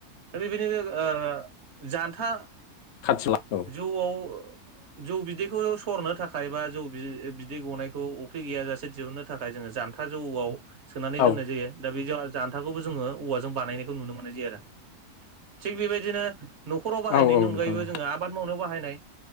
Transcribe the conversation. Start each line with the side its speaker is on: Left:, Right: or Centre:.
Right: <unintelligible> ओ जान्था
Left: <unintelligible>
Right: जुउआव जौ बिदैखौ सरनो थाखाय बा जौ बिदै गनायखौ अफ्रि गैयाजासे दिहुननो थाखाय जोङो जान्था जौआव सोनानै
Left: औ
Right: दोननाय जायो दा बे <unintelligible> जान्थाखौबो जोंङो औवाजों बानायनायखौ नुनो मोननाय जायो आरो थिग बेबायदिनो न'खराव बाहायनायनि
Left: औ औ
Right: अनगायैबो
Left: नोंथां औ
Right: जोङो आबाद मावनाय बाहायनाय।